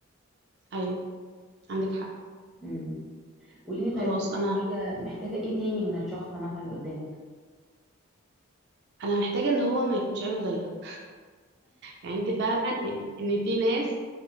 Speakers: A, on the right; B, in the centre.
A: ايوه عندك حق
B: امم قولي لي
A: خلاص
B: طيب انت محتاجه
A: انا
B: محتاجه ايه تاني من الشخص مثلا اللي قدامك
A: انا محتاجه ان هو ما يكونش عينه زيغه يعني انت فاهمه ان ان في ناس